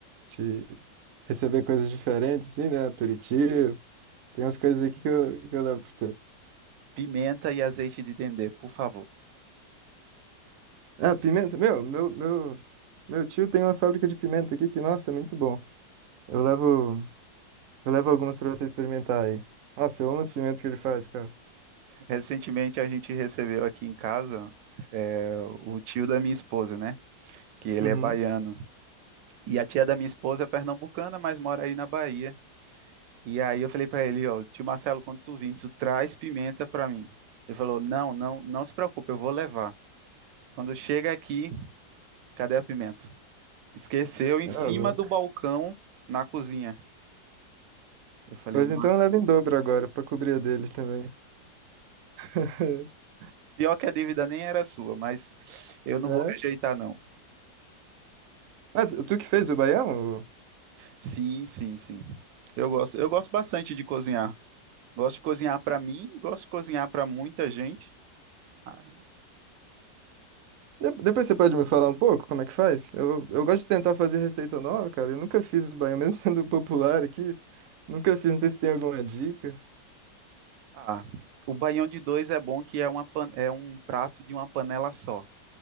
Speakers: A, on the right (about 70°); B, on the right (about 80°).
A: de receber coisas diferentes, assim, né? Aperitivo. Tem umas coisas aqui que eu, que eu levo pra tu.
B: Pimenta e azeite de dendê, por favor.
A: Ah, pimenta. Meu, meu, meu, meu tio tem uma fábrica de pimenta aqui que, nossa, é muito bom. Eu levo, eu levo algumas pra você experimentar aí. Nossa, eu amo as pimentas que ele faz, cara.
B: Recentemente a gente recebeu aqui em casa é, o tio da minha esposa, né? Que ele
A: Uhum.
B: é baiano. E a tia da minha esposa é pernambucana, mas mora aí na Bahia. E aí eu falei para ele, ó, tio Marcelo, quando tu vir, tu traz pimenta para mim. Ele falou: "Não, não, não se preocupe, eu vou levar. Quando chega aqui, cadê a pimenta?" Esqueceu em
A: Ah,
B: cima
A: louco.
B: do balcão na cozinha. Eu falei,
A: Pois
B: não,
A: então leva em dobro agora, pra cobrir a dele também. <laughs>
B: pior que a dívida nem era sua, mas eu não
A: Né?
B: vou rejeitar, não.
A: Ah, tu que fez o baião?
B: Sim, sim, sim. Eu gosto, eu gosto bastante de cozinhar. Gosto de cozinhar para mim, gosto de cozinhar para muita gente. Ah,
A: De- Depois você pode me falar um pouco como é que faz? Eu, eu gosto de tentar fazer receita nova, cara. Eu nunca fiz o baião, mesmo <laughs> sendo popular aqui. Nunca fiz, não sei se tem alguma dica.
B: ah, o baião de dois é bom que é uma pan- é um prato de uma panela só.